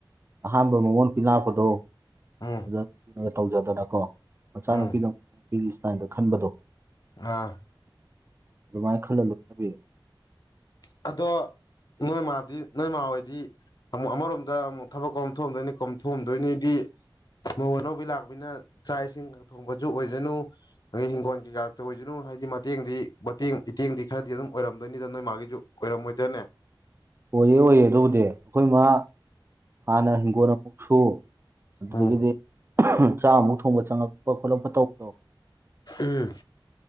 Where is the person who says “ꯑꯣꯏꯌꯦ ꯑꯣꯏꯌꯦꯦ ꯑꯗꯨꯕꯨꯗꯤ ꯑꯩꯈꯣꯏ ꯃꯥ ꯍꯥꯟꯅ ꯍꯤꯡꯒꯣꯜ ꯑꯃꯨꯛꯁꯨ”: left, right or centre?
Right